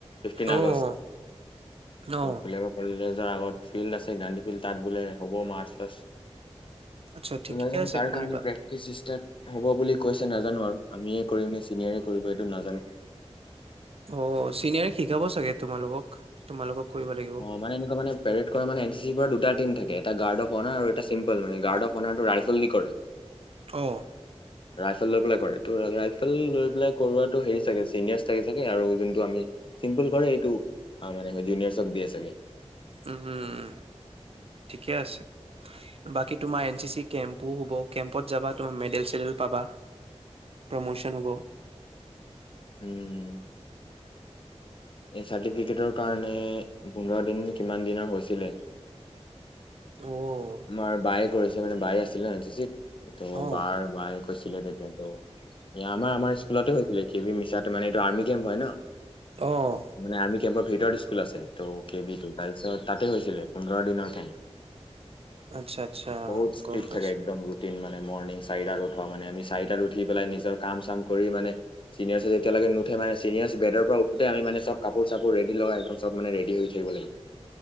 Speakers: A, on the left; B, on the right.
A: ফিফটিন
B: অ',
A: আগষ্ট
B: অ',
A: <unintelligible> নিজৰ আগত ফিল্ড আছে গান্ধী ফিল্ড তাত বোলে হ'ব মাচ পাচ
B: আচ্ছা ঠিকে
A: নাজানো
B: আছে
A: তাৰ
B: কৰিবা।
A: কাৰণে প্ৰেকটিছ ইষ্টাত হ'ব বুলি পিছে নাজানো আৰু আমিয়ে কৰিম নে চিনিয়াৰ কৰিব এইটো নাজানো।
B: অ চিনিয়াৰ শিকাব চাগে তোমালোকক তোমালোকক কৰিব লাগিব
A: অহ মানে এনেকুৱা মানে পেৰেড কৰা মানে এন চি চিৰ পৰা দুটা টিম থাকে। এটা গাৰ্ড অফ অনাৰ আৰু এটা চিম্পল মানে গাৰ্ড অফ অনাৰটো ৰাইফল দি কৰে।
B: অহ
A: ৰাইফেল লৈ পেলাই কৰে ত ৰাইফেল লৈ পেলাই কৰোৱটো হেৰি চাগে চিনিয়ৰ্ছ থাকে চাগে আৰু যোনটো আমি চিম্পুল কৰে এইটো মানে জুনিয়ৰ্চক দিয়ে চাগে।
B: উম ঠিকে আছে বাকী তোমাৰ এন চি চি কেম্পো হ'ব কেম্পত যাবা তুমি মেডেল চেডেল পাবা প্ৰমোচন হ'ব।
A: উম এই চাৰ্টিফিকেটৰ কাৰণে পোন্ধৰ দিন কিমান দিনৰ হৈছিলে।
B: অ',
A: আমাৰ বায়ে কৰিছে মানে বাই আছিলে ত
B: অ',
A: বাৰ বায়ে কৈছিলে তেতিয়া তো এ আমাৰ আমাৰ স্কুলতে হৈছিলে কে বি মিছাতে মানে এইটো আৰ্মি কেম্প হয় ন।
B: অহ
A: মানে আৰ্মি কেম্পৰ ভিতৰত স্কুল আছে ত' কে বি টু তাৰপিছত তাতে হৈছিলে পোন্ধৰ দিনৰ কাৰণে।
B: আচ্ছা আচ্ছা
A: বহুত ষ্ট্ৰিক
B: গম পাইছোঁ।
A: থাকে একদম ৰুটিন মা নে মৰ্ণং চাৰিটাত উঠো মানে আমি চাৰিটাত উঠি পেলাই নিজৰ কাম চাম কৰি মানে চিনিয়ৰ্ছে যেতিয়ালৈকে নুঠে মানে চিনিয়ৰ্ছ বেডৰ পৰা উঠতে আমি মানে চব কাপোৰ চাপোৰ ৰেডি লগাই চব মানে ৰেড হৈ থাকিব লাগে।